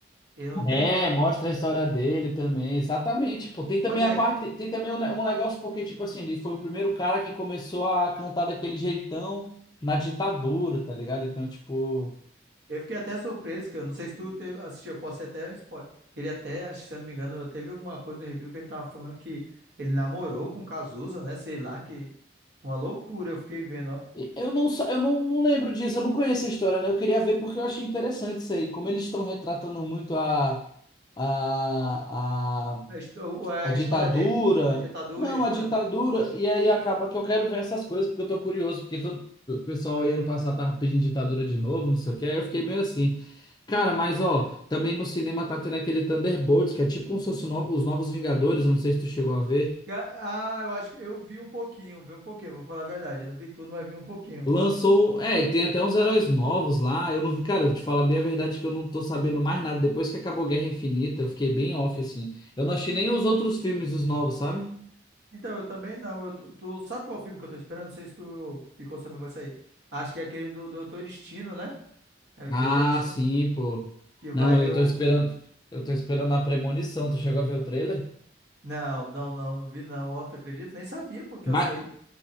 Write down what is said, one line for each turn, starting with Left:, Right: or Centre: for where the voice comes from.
Right: Ele não tem,
Left: É,
Right: tem,
Left: mostra a história dele também, exatamente. Pô, tem também
Right: pois
Left: a
Right: é,
Left: parte,
Right: que-
Left: tem também um, ne- um negócio porque tipo assim, ele foi o primeiro cara que começou a cantar daquele jeitão na ditadura, tá ligado? Então, tipo,
Right: Eu fiquei até surpreso, que eu não sei se tu te- assistiu, eu posso ser até um spoiler. Que ele até, acho que se eu não me engano, eu teve alguma coisa no review que ele tava falando que ele namorou com o Cazuza, né? Sei lá, que uma loucura, eu fiquei vendo, ó.
Left: e- eu não sa- eu não, não lembro disso, eu não conheço a história, né? Eu queria ver porque eu achei interessante isso aí, como eles estão retratando muito a a,
Right: A, histó- a
Left: A ditadura.
Right: história dele. A ditadura
Left: Não,
Right: e a história
Left: a ditadura.
Right: dele.
Left: E aí
Right: Uhum,
Left: acaba que eu quero ver essas coisas, porque eu tô curioso, porque todo... o pessoal aí ano passado tava pedindo ditadura de novo, não sei o que Aí
Right: uhum.
Left: eu fiquei meio assim. Cara, mas ó, também no cinema tá tendo aquele Thunderbolts, que é tipo como se fosse o no- os Novos Vingadores, eu não sei se tu chegou a ver.
Right: Ah, eu acho que eu vi um pouquinho, vi um pouquinho, vou falar a verdade. Eu não vi tudo, mas vi um pouquinho.
Left: Lançou. um, É, tem até uns heróis novos lá. Eu não vi, cara, eu vou te falar bem a verdade que eu não tô sabendo mais nada. Depois que acabou Guerra Infinita, eu fiquei bem off, assim. Eu não achei nem os outros filmes dos novos, sabe?
Right: Então, eu também não. Eu, tu, tu sabe qual filme que eu tô esperando? Não sei se tu ficou sabendo que vai sair. Acho que é aquele do Doutor Destino, né? É o Doutor
Left: Ah,
Right: Destino.
Left: sim, pô.
Right: Que
Left: Não,
Right: vai
Left: eu
Right: ver o,
Left: tô esperando. Eu tô esperando a Premonição. Tu chegou a ver o trailer?
Right: Não, não, não, não vi não. Ó, tu acredita? Nem sabia porque
Left: Mas,
Right: eu saí.